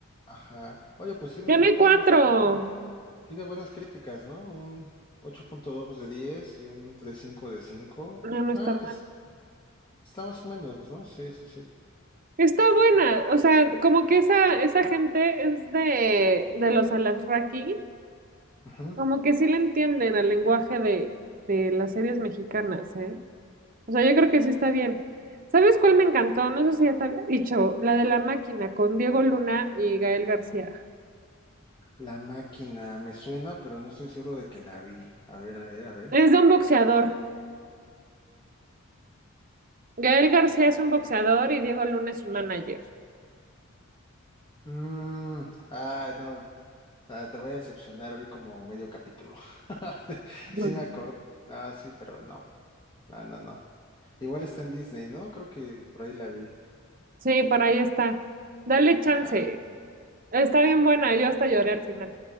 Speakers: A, on the left; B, on the right.
A: Ajá. Oye, pues tiene,
B: Tiene
A: tiene
B: cuatro.
A: más o menos- tiene buenas críticas, ¿no? Un ocho punto dos de 10 y un tres punto cinco de cinco.
B: No, no
A: Ah,
B: está mal.
A: pues está más o menos, ¿no? Sí, sí, sí.
B: Está buena, o sea, como que esa, esa gente es de, de los Alasraqui,
A: Ujú.
B: como que sí le entienden al lenguaje de, de las series mexicanas, ¿eh? O sea, yo creo que sí está bien. ¿Sabes cuál me encantó? No sé si ya te había dicho, la de La Máquina con Diego Luna y Gael García.
A: La máquina me suena, pero no estoy seguro de que la vi. A ver, a ver, a ver.
B: Es de un boxeador. Gael García es un boxeador y Diego Luna es un manager.
A: Mm, ah, no. Ah, te voy a decepcionar, vi como medio capítulo. <laughs> Te-
B: Ujú.
A: Sí me acuerdo. Ah, sí, pero no. No, no, no. Igual está en Disney, ¿no? Creo que por ahí la vi.
B: Sí, por ahí está. Dale chance.
A: Ajá.
B: Está bien buena, yo hasta lloré al final.